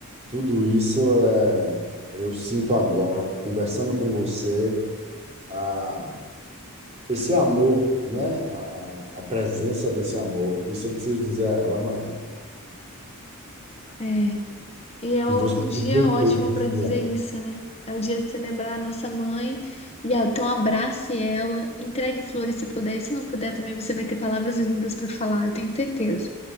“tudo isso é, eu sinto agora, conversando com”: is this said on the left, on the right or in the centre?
Right